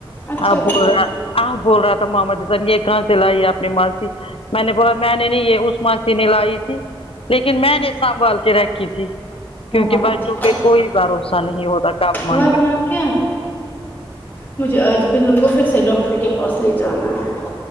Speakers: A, on the left (about 20°); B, on the left (about 80°).
A: اچھا
B: ا
A: کیا
B: آ بول رہا تھا ماما جایہ کہاں سے لائی ہے اپنی ماسیی میں نے بولا میں نے نہیں یہ اس ماسی نے لائی تھی لیکن میں نے سنبھال کے رکھی تھی کیونکہ
A: ہاں
B: بچوں
A: اچھا
B: پے کوئی بھروسہ نہیں ہوتا کپ مانگے
A: ورنہ کیا مجھے آج بلو کو پھر سے ڈاکٹر کے پاس لے جانا ہے